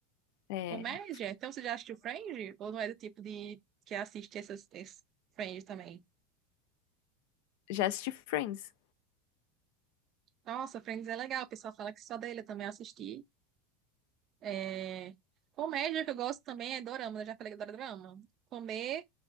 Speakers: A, on the left; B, on the right.
A: É,
B: Comédia? Então você já assistiu Friends? Ou não é do tipo de... que assiste essas... esse Friends também?
A: já assisti Friends.
B: Nossa, Friends é legal. O pessoal fala que só dele eu também assisti. É, Comédia que eu gosto também é dorama, né? Já falei que eu adoro dorama. Comer,